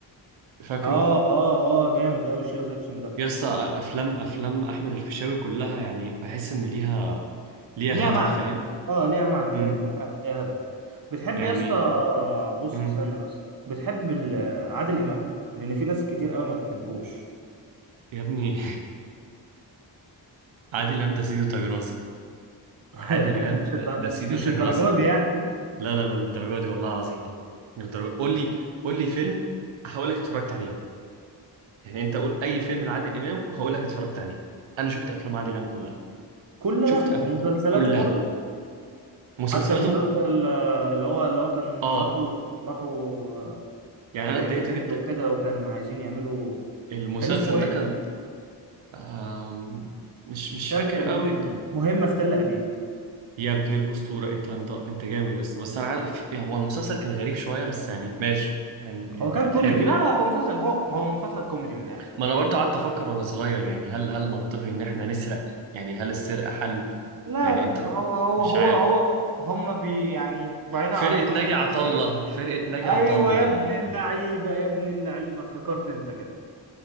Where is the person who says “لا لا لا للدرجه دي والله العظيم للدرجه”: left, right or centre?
Right